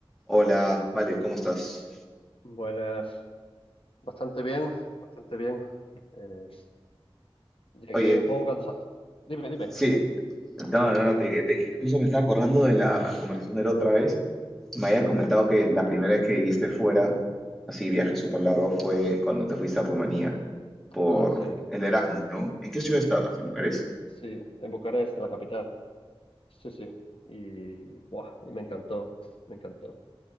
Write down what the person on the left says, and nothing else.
Buenas, bastante bien, bastante bien. Eh, llegué
un poco cansado. Dime, dime.
Ah, sí,
sí, en Bucarest, en la capital. Sí, sí. Y, buah, y me encantó, me encantó.